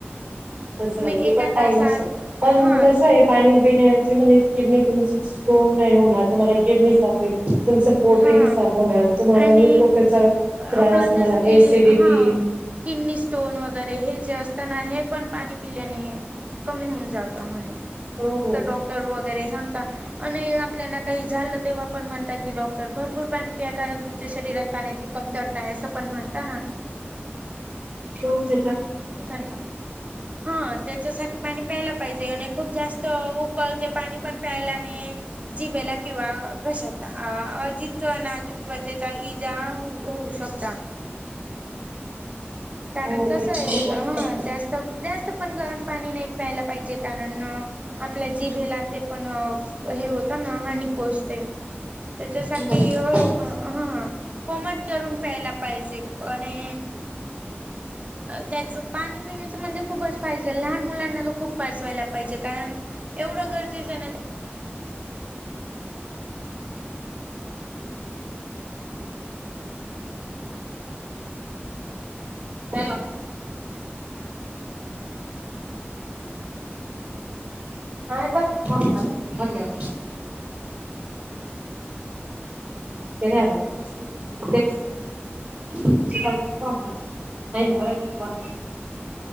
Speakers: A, on the right; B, on the right.
A: तसं
B: तुम्ही
A: माहिती
B: एका
A: पण टाईम
B: तासात
A: अस पण
B: हा
A: कस
B: तुम
A: आहे पाणी पिण्याची म्हणजे किडनी तुमची स्टोन नाही होणार तुम्हाला किडनी साफे तुमचं पोटही
B: हा
A: सापवणार तुम्हाला
B: आणि
A: म्हणजे पोटाचा
B: आपलं
A: त्रास तुम्हाला
B: जसं की
A: एसिडिटी
B: हा किडनी स्टोन वगैरे हे जे असताना हे पण पाणी पिल्याने कमी होऊन जात म्हणे
A: हो हो
B: डॉक्टर वगैरे सांगता आणि आपल्याला काही झालं तेव्हा पण म्हणता की डॉक्टर तर भरपूर पाणी पिया कारण तुमच्या शरीरात पाण्याची कमतरता आहे असं पण म्हणता ना
A: होता
B: का हा त्याच्यासाठी पाणी प्यायला पाहिजे आणि खूप जास्त उकळ ते पाणी पण प्यायला आणि जिबेला किंवा घशातज नाजूक त्वचेचा इजा हो होऊ शकता कारण
A: हो
B: कसं आहे हा जास्त जास्त पण गरम पाणी नाही प्यायला पाहिजे कारण आपल्या जी बेलान ते पण हे होत ता ना हानी पोहोचते त्याच्यासाठी
A: हॅलो
B: हळू ह कोमट करून प्यायला पाहिजे आणि त्याचं पाणी पिण्याचं म्हणजे खूपच फहिजे लहान मुलांना तर खूप पाचवायला पाहिजे कारण एवढं गरजेचं ना
A: हॅलो हा चा्य ह आ न्यवाद सरी आ म्या चालतलण नाही नाही मराठीॉ